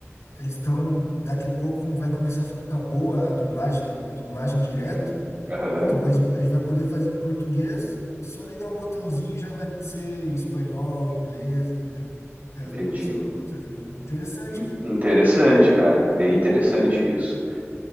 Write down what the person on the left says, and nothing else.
Eles estão, daqui a pouco vai começar a ficar boa a dublagem, a dublagem direto.
Então vai, a gente vai poder fazer em português e só ligar um botãozinho já vai ser espanhol, inglês, entendeu? O resto
do pessoal, outras línguas. Interessante,
né?